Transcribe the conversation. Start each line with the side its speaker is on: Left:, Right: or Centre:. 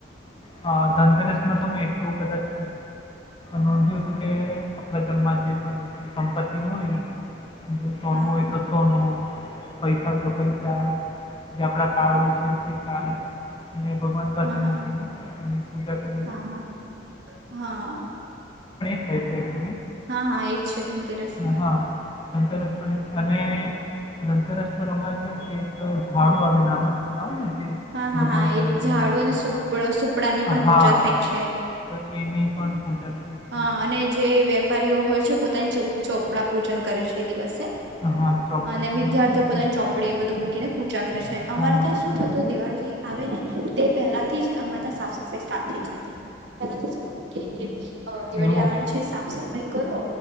Left: અ, ધનતેરસમાં તો મેં એટલું કદાચ નોંધ્યું હતું કે આપણા ઘરમાં જે પણ સંપત્તિ હોય. તનું
Right: હા
Left: હોય
Right: હા
Left: તો સનુંું. પૈસા તો પૈસા જે આપડા કાર હોય છે તે કાર એને ભગવાન. પાસે
Right: હા હા
Left: મૂકીને એની પૂજા કરીને
Right: હા હા હા.
Left: થ <unintelligible>
Right: હા હા એજ છે ધનતેરસ માં.
Left: હા. ધનતેરસ પર ની અને ધનતેરસ પર અમારે કેવું કે એક ઝાડું આવે નાનો નાનો આવે ને. જે
Right: હા હા
Left: ભગવાનના
Right: હા એ
Left: મંદિરમાં
Right: ઝાડું.
Left: હોય તો
Right: સુપડા
Left: હા.
Right: ની પણ
Left: હા,
Right: પૂજા થાય છે.
Left: તો એની પણ પૂજા થાય છે
Right: હ
Left: અમારે
Right: અને
Left: ત્યાં.
Right: જે વેપારીઓ હોય છે પોતાની ચુપ. ચોપડા પૂજન કરે છે એ દિવસે.
Left: હા, ચોપડા
Right: અને
Left: પૂજન
Right: વિદ્યાર્થીઓ
Left: કરે
Right: પોતાની
Left: છે.
Right: ચોપડી એ બધું મૂકીને પૂજા કરે છે અમારે
Left: હા,
Right: ત્યાં શું થતું દિવાળી આવે ને તે પહેલાથી જ. આ તો સાફ સફાઈ સ્ટાર્ટ થઈ જતી પેલા તો. હ દિવાળી
Left: એવું.
Right: આવવાના છે સાફ સફાઈ કરો.